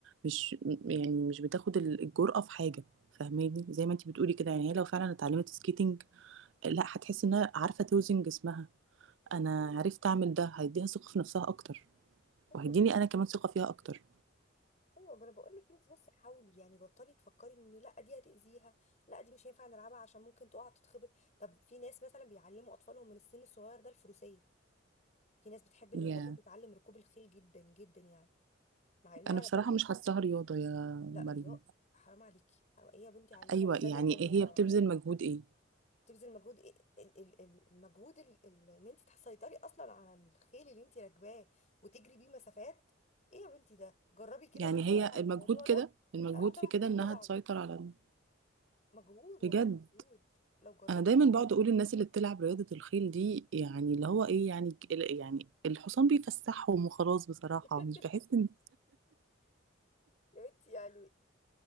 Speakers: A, on the right; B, on the left.
A: مش يعني مش بتاخد ال- الجرأه في حاجه فاهماني زي ما انتي بتقولي كده يعني هي لو فعلا اتعلمت سكيتنج لا هتحس انها عارفه توزن جسمها انا عرفت اعمل ده هيديها ثقه في نفسها اكتر
B: ايوه
A: وهيديني انا كمان ثقه فيها اكتر
B: ايوه ما انا بقول لك انت بس حاولي يعني بطلي تفكري ان لا دي هتاذيها لا دي مش هينفع نلعبها عشان ممكن تقع تتخبط طب في ناس مثلا بيعلموا اطفالهم من السن الصغير ده الفروسيه في ناس بتحب ان
A: يا
B: ولادها تتعلم ركوب الخيل جدا جدا يعني مع انها
A: انا
B: انا
A: بصراحه
B: برضو
A: مش حاساها رياضه يا
B: لا
A: مريم
B: رياء حرام عليكي حرام ايه يا بنتي علموا
A: ايوه
B: اولادكم
A: يعني ايه هي
B: آه،
A: بتبذل مجهود ايه
B: تبذل مجهود ايه ال- ال- ال- المجهود ال- ال- ان انت تسيطري اصلا على الخيل اللي انت راكباه وتجري بيه مسافات ايه يا بنتي ده جربي كده
A: يعني
B: تقراي
A: هي
B: عن
A: المجهود
B: الموضوع
A: كده
B: ده
A: المجهود
B: اه ده
A: في
B: مجهود
A: كده انها
B: طبعا
A: تسيطر على ال-
B: مجهود والله
A: بجد
B: مجهود لو جربت
A: انا دايما بقعد اقول الناس اللي بتلعب رياضة الخيل دي يعني اللي هو ايه يعني ك- يعني الحصان بيفسحهم وخلاص بصراحة
B: <laughs>
A: مش بحس ان
B: يا بنتي يعني